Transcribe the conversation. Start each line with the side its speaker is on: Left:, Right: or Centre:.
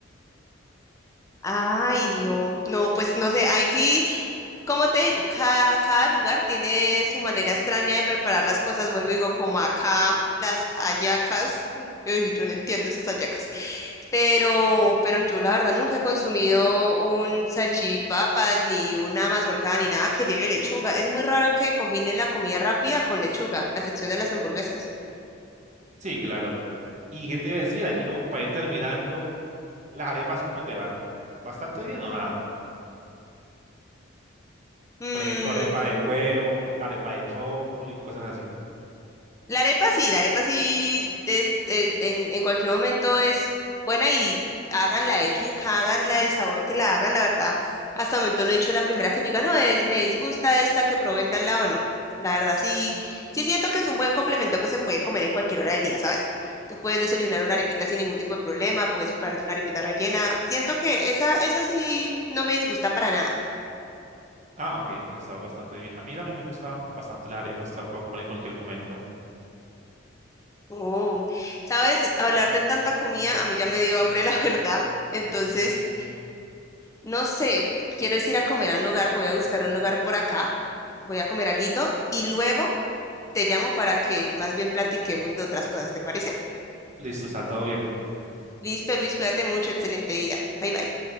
Left: Ay, no, no, pues no sé, ahí sí, como te digo, cada, cada lugar tiene su manera extraña de preparar las cosas. Vuelvo y digo, como acá las hallacas, ey, yo no entiendo esas hallacas, pero, pero yo la verdad nunca he consumido un salchipapa, ni una mazorca, ni nada que lleve lechuga. Es muy raro que combinen la comida rápida con lechuga, a excepción de las hamburguesas.
Right: Sí, claro. ¿Y qué te iba a decir? Aquí como para ir terminando, las arepas, ¿cómo te va? ¿Bastante bien o nada?
Left: Mm,
Right: Por ejemplo, arepa de huevo, la arepa de choclo y cosas así.
Left: la arepa sí, la arepa sí des- de- en, en cualquier momento es buena y háganla de yuca, háganla del sabor que la hagan, la verdad. Hasta el momento no he dicho la primera que diga, no, es, me disgusta esta que probé en tal lado, no. La verdad sí, sí siento que es un buen complemento que se puede comer en cualquier hora del día, ¿sabes? Tú puedes desayunar una arepita sin ningún tipo de problema, puedes prepararte una arepita rellena. Siento que esa, esa sí no me disgusta para nada.
Right: Ah, ok, entonces estaba bastante bien. A mí también me gustan bastante las arepas, las puedo comer en cualquier momento.
Left: Oh, sabes, hablar de tanta comida a mí ya me dio hambre, <laughs> la verdad. Entonces, no sé, quiero es ir a comer a un lugar, voy a buscar un lugar por acá, voy a comer alguito y luego te llamo para que más bien platiquemos de otras cosas, ¿te parece?
Right: Listo, está todo bien.
Left: Listo, Luis, cuídate mucho, excelente día. Bye bye.